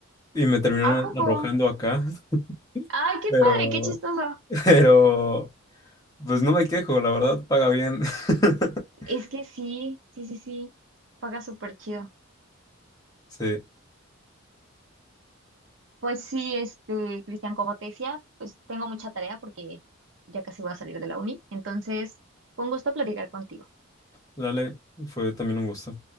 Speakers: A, on the left; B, on the right.
A: y me terminaron
B: ¿A poco?
A: arrojando acá, <laughs>
B: Ay, qué
A: pero,
B: padre, qué chistoso.
A: pero, pues no me quejo, la verdad, paga bien. <laughs>
B: Es que sí, sí, sí, sí. Paga súper chido.
A: Sí.
B: Pues sí, este, Cristian, como te decía, pues tengo mucha tarea porque ya casi voy a salir de la uni. Entonces, fue un gusto platicar contigo.
A: Dale, fue también un gusto.